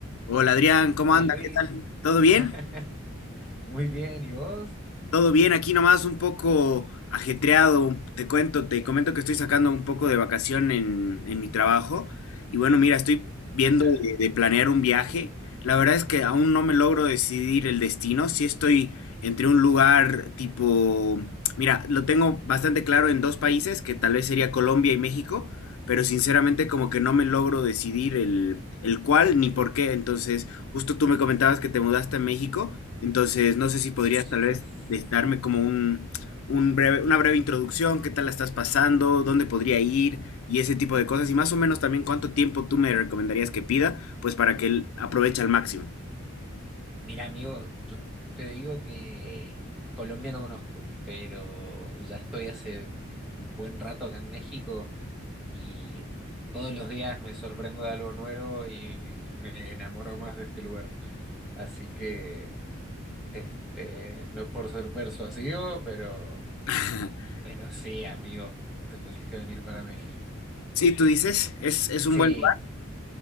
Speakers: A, on the left; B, in the centre.
A: Hola Adrián, ¿cómo
B: Hola
A: anda?
B: Luis,
A: ¿Qué tal? ¿Todo
B: <laughs>
A: bien?
B: muy bien, ¿y vos?
A: Todo bien, aquí nomás un poco ajetreado. Te cuento, te comento que estoy sacando un poco de vacación en, en mi trabajo. Y bueno, mira, estoy viendo
B: Ajá.
A: de, de planear un viaje. La verdad es que aún no me logro decidir el destino. Sí estoy entre un lugar tipo, mira, lo tengo bastante claro en dos países, que tal vez sería Colombia y México, pero sinceramente como que no me logro decidir el, el cuál ni por qué. Entonces, justo tú me comentabas que te mudaste a México. Entonces, no sé si podrías
B: Sí,
A: tal
B: pues.
A: vez des- darme como un, un breve, una breve introducción, qué tal la estás pasando, dónde podría ir y ese tipo de cosas. Y más o menos también cuánto tiempo tú me recomendarías que pida, pues para que él aproveche al máximo.
B: Mira, amigo, yo te digo que Colombia no conozco, pero ya estoy hace un buen rato acá en México y todos los días me sorprendo de algo nuevo y, y me enamoro más de este lugar. Así que, este, no por ser persuasivo, pero,
A: <laughs>
B: pero sí, amigo, te tenés que venir para México.
A: Sí, tú dices, es, es un
B: Sí.
A: buen lugar